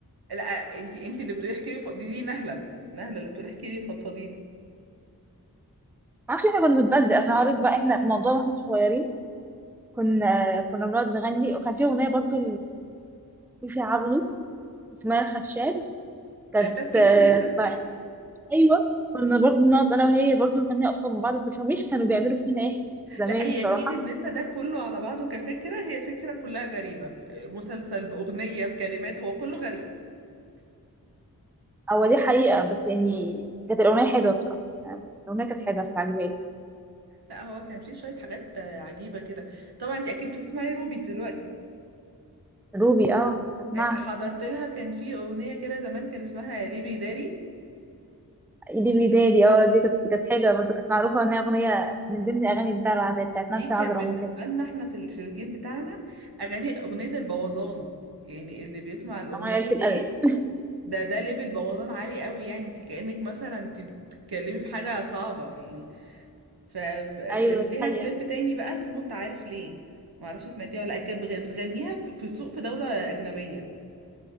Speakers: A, on the right (about 80°); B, in the centre.
A: لا انتي انتي اللي بتقولي احكي لي فض- دي دي نهله نهله اللي بتقولي احكي لي فضفضي لي
B: ما اعرفش احنا كنا بنتبدل اصل هقولك بقى احنا الموضوع واحنا صغيرين كنا كنا بنقعد نغني وكان في اغنيه برضو لفيفي عبده اسمها الخشاب كانت
A: آه، بتاعت كيد
B: آه،
A: النسا
B: فرح. ايوه كنا برضو نقعد انا وهي برضو نغني قصاد بعض ما تفهميش كانوا بيعملوا فينا ايه زمان
A: لا هي
B: بصراحه
A: كيد النسا ده كله على بعضه كفكره هي فكره كلها غريبه ب- مسلسل باغنيه بكلمات هو كله غريب
B: هو دي حقيقه بس يعني كانت الاغنيه حلوه بصراحه يعني الاغنيه كانت حلوه كانت عجباني
A: لا هو كان فيه شويه حاجات آه، عجيبه كده طبعا انتي اكيد بتسمعي روبي دلوقتي
B: روبي اه اسمعها
A: آه، حضرت لها كان في اغنيه كده زمان كان اسمها ليبي داري
B: ايدي بيدالي اه دي كانت كانت حلوه برضه كانت معروفه ان هي اغنيه من ضمن اغاني الدلع العادية بتاعت
A: دي
B: نانسي
A: كانت
B: عجرم
A: بالنسبة
B: وكده
A: لنا احنا في ال- في الجيل بتاعنا أغاني أغنية البوظان يعني اللي بيسمع الأغنية
B: اغنيه قلت الادب
A: دي ده ده ليفل بوظان عالي قوي يعني انت كأنك مثلا انت بتتكلمي في حاجة صعبة يعني ف- فكان
B: ايوه دي
A: ليها
B: حقيقة
A: كليب تاني بقى اسمه انت عارف ليه معرفش سمعتيها ولا لأ. هي كانت بتغ- بتغنيها في في سوق في دولة أجنبية